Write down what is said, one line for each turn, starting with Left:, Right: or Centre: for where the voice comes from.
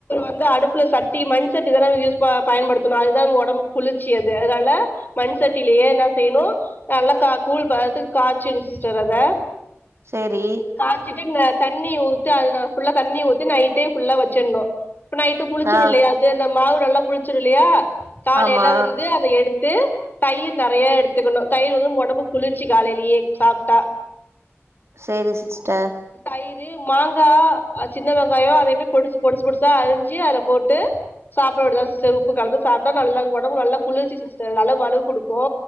Left: வந்து அடுப்புல சட்டி மண் சட்டி தான யூஸ் ப பயன்படுத்தணு அதுதா நம்ம ஒடம்பு குளிர்ச்சி அது அதனால மண் சட்டிலையே என்ன செய்ணு நல்லா கா கூழ் பததுக்கு‌ காய்ச்சினு சிஸ்டர் அத
Right: சேரி
Left: காய்சிட்டு இந்த தண்ணி ஊத்தி அதுல ஃபுல்லா தண்ணி ஊத்தி நைட்டே ஃபுல்லா வெச்சின்ணு இப்ப நைட்டு புளிச்சிரு
Right: ஆ
Left: இல்லையா அது அந்த மாவு நல்லா புளிச்சிருல்லையா காலைல
Right: ஆமா
Left: வந்து அத எடுத்து தயிர் நெறைய எடுத்துக்கணு தயிர் வந்து உடம்பு குளிர்ச்சு காலையிலயே சாப்டா
Right: செரி சிஸ்டர்
Left: தயிறு மாங்கா அ சின்ன வெங்காயோ அதேமாரி பொடிசு பொடிசு பொடிசா அரிஞ்சு அதுல போட்டு சாப்பாடுதா சிஸ்டர் உப்பு கலந்து சாப்டா நல்லது உடம்பு நல்லா குளிர்ச்சி சிஸ்டர் நல்லா வலுவு குடுக்கோ